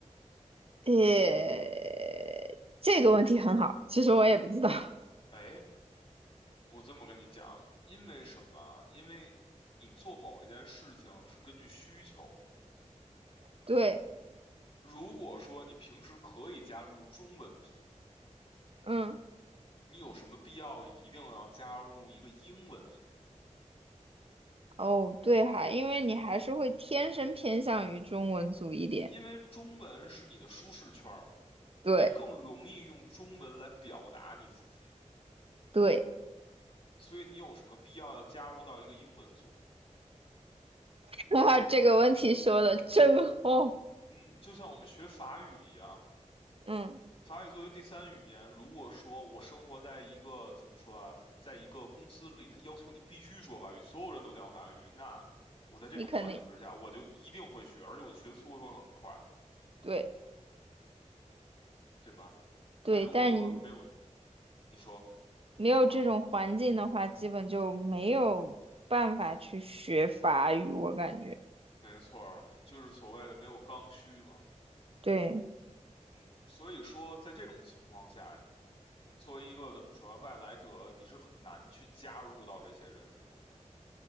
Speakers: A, on the right (about 50°); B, on the left (about 50°).
A: 诶，这个问题很好，其实我也不知道。<laughs>
B: 哎，我这么跟你讲，因为什么啊因为你做某一件事情是根据需求。
A: 对，
B: 如果说你平时可以加入中文组，
A: 嗯，
B: 你有什么必要一定要加入一个英文组？
A: 哦，对哈，因为你还是会天生偏向于中文组一点。
B: 因为中文是你的舒适圈。儿。
A: 对，
B: 你更容易用中文来表达你自己，
A: 对，
B: 所以你有什么必要要加入到一个英文组？
A: <laughs> 哈哈这个问题说的真好。
B: 嗯，就像我们学法语一样，
A: 嗯，
B: 法语作为第三语言，如果说我生活在一个怎么说啊，在一个公司里，他要求你必须说法语，所有人都讲法语，那我在这种环境之下，
A: 你肯定
B: 我就一定会学，而且我的学速度会很快，
A: 对
B: 对吧？
A: 对，
B: 但如果说没有，
A: 但你
B: 你说
A: 没有这种环境的话，
B: 说完，
A: 基本就没有办法去学法语，我感觉。
B: 没错儿，就是所谓的没有刚需嘛。
A: 对，
B: 嗯，所以说，在这种情况下，作为一个怎么说啊外来者，你是很难去加入到这些人之中的。